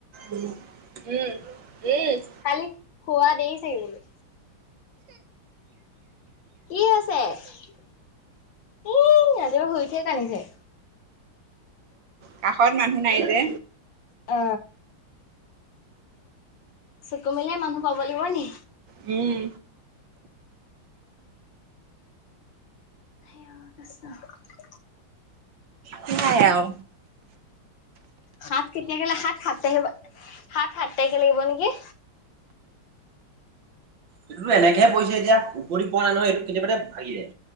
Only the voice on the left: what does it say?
কালি শুৱা দেৰি ছাগে বোলো। কি হৈছে, ই ৰাতিপুৱা শুই উঠিয়ে কান্দিছে।
আ। চকু মেলিয়ে মানুহ পাব লাগিব নি?
<inaudible>
সাত কেতিয়াকে লা সাত সাত তাৰিখৰ পৰা সাত সাত তাৰিখে লাগিব নেকি?